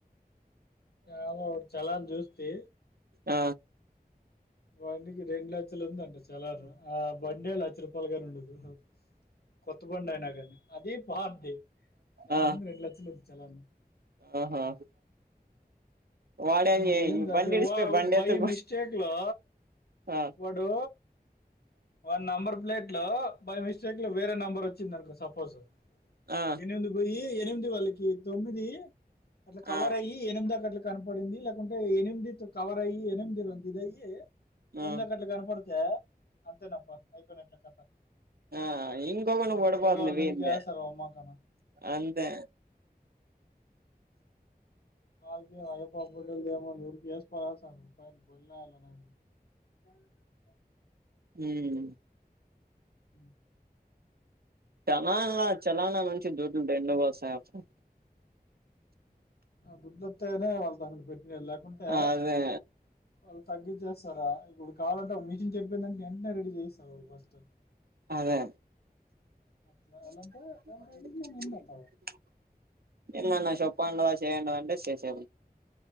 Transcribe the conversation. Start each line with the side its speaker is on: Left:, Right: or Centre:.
Left: ఎదొ ఒకటి చలాన చూస్తి
Right: ఆ
Left: బండికి రెండు లక్షలు ఉందంట చలను ఆ బండే లక్ష రూపాయలుగాని ఉండదు కొత్త బండి అయినా గానీ అది పాద్ధి దాని
Right: ఆ
Left: ముందు రెండు లక్షలు ఉంది చాలను
Right: ఆహా వాడేం
Left: ఇంగేంది
Right: చే
Left: అసలు
Right: బండి ఇడిసిపోయి
Left: వావ్
Right: బండి
Left: బై
Right: ఎత్తుకు
Left: మిస్టేక్లో
Right: ఆ
Left: వాడు వాడి నంబర్ ప్లేట్ బై మిస్టేక్ లో వేరే నెంబర్ వచ్చింది అనుకో సపోజ్
Right: ఆ
Left: ఎనిమిది పోయి ఎనిమిది వాళ్ళకి తొమ్మిది అట్లా కవర్
Right: ఆ
Left: అయ్యి ఎనిమిది అక అట్లా కనపడింది లేకుంటే ఎనిమిది కవర్ అయ్యి ఎనిమిది ఇది ఇదియి తొమ్మిదిక్కట్లా
Right: ఆ
Left: కనపడితే అంతేనబ్బ అయిపోయినట్లే కథ
Right: ఆ ఇంకొకటి పడిపోతుంది
Left: వేరే వాళ్ళ మీది
Right: వీంది
Left: కి ఎస్తర అమ్మా కానా
Right: అంతే
Left: అగ అయ పాపడ దమూ <unintelligible> గస్ ప స ప బల్ <unintelligible>
Right: ఉమ్
Left: ఉమ్
Right: చలానా చలానా మంచి దూడ్లు దండిగ వస్తాయి అప్పుడు
Left: దుడ్లుస్తనే వాళ్ళతో అసలు పెట్టు ఉండేది లేకుంటే
Right: అదే
Left: వాళ్ళు తగ్గించేస్తారా ఇప్పుడు కావాలంటే ఒక మిషిన్ చెడిపోయింది అంటే వెంటనే రెడీ చేయిస్తారు వాళ్ళు ఫస్ట్
Right: అదే
Left: అట్లా
Right: <unintelligible>
Left: ఎలా అంటే వాళ్ళ ఇంట్లో ఉంది అట్లా
Right: చెప్పండవ చేయండవా అంటే చేేేసే